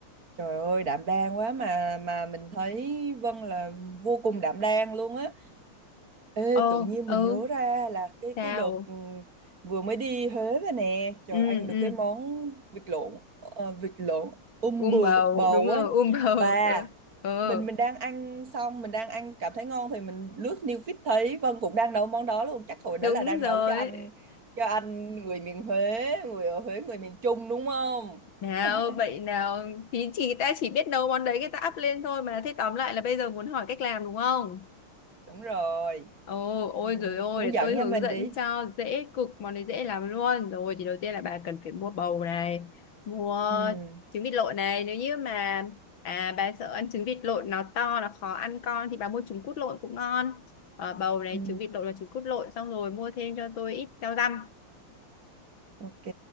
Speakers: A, on the right; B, on the left.
A: Trời ơi đảm đang quá mà mà mình thấy Vân là vô cùng đảm đang luôn á. Ê,
B: ồ
A: tự nhiên
B: ừ
A: mình nhớ ra là cái
B: sao
A: cái đợt ừ, vừa mới đi Huế về nè, trời
B: ừ
A: ăn được
B: ừ
A: cái món vịt lộn ờ, vịt lộn um
B: um
A: bự
B: bầu
A: bầu
B: đúng rồi
A: á
B: um <laughs> bầu
A: và
B: ừ, ừ
A: mình mình đang ăn xong mình đang ăn cảm thấy ngon thì mình lướt new feed thấy Vân cũng đang nấu món đó luôn chắc hồi đó
B: đúng
A: là đang
B: rồi
A: nấu cho anh cho anh người miền Huế người ở Huế người miền Trung đúng không
B: nào
A: <laughs>
B: vậy nào thì chỉ ta chỉ biết nấu món đấy người ta up lên thôi mà thế tóm lại là bây giờ muốn hỏi cách làm đúng không
A: đúng rồi
B: Ồ, ôi
A: Ừ,
B: rồi ôi,
A: hướng
B: để
A: dẫn
B: tôi hướng
A: nha mình
B: dẫn
A: đi
B: cho dễ cực, món này dễ lắm luôn. Rồi thì đầu tiên là bà cần phải mua bầu này, mua
A: ừ,
B: trứng vịt lộn này. Nếu như mà à, bà sợ ăn trứng vịt lộn nó to, nó khó ăn con thì bà mua trứng cút lộn cũng ngon. Ờ, bầu này,
A: ừ,
B: trứng vịt lộn và trứng cút lộn xong rồi mua thêm cho tôi ít rau răm.
A: ok